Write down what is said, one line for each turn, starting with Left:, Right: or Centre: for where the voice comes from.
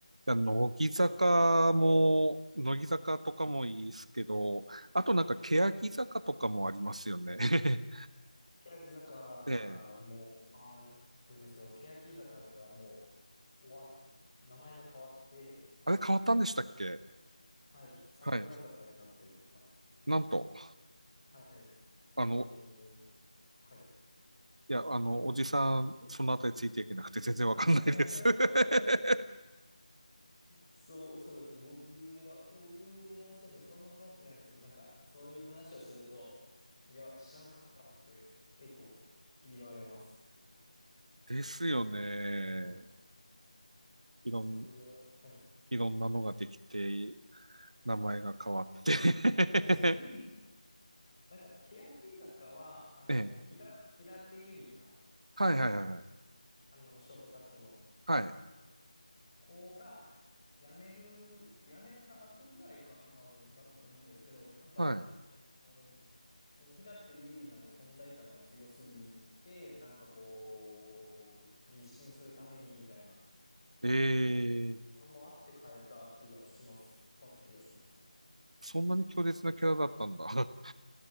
Right: や、乃木坂も、乃木坂とかもいいですけど、
Left: はい。
Right: あとなんか、
Left: はい。
Right: 欅坂とかもありますよね。<laughs>
Left: 欅坂もあるんですけど、
Right: ええ。
Left: 欅坂がもう終わっ、名前が変わって、
Right: あれ変わったんでしたっけ
Left: はい、桜坂になっています。
Right: はい。なんと、
Left: はい。あのー
Right: あの、
Left: はい。
Right: いや、あの、おじさん、そのあたりついていけなくて全然わかんないです。
Left: <laughs>
Right: <laughs>
Left: そう、そうですね。僕も、僕もそうですね。そんな詳しくないですけど、なんか、そういう話をすると、いや、知らんかったって結構言われます。
Right: ですよね。
Left: そう。はい。
Right: いろん、
Left: 桜、はい。
Right: いろんなのができて、名前が変わっ
Left: <laughs>
Right: て
Left: なんか、欅坂は、あの、
Right: <laughs> ええ。
Left: 平、平手友梨奈、
Right: はいはいはいは
Left: あの、ショートカットの
Right: い。はい。
Left: 子が、辞める、辞めた後ぐらいかな、多分、だったと思うんですけど、なんか、
Right: はい。
Left: こうその平手友梨奈の存在感が強すぎて、なんかこう、一新するためにみたいな
Right: ええ
Left: のもあって変えた気がします。変わった気がしますね。
Right: そんなに強烈なキャラだったんだ。<laughs>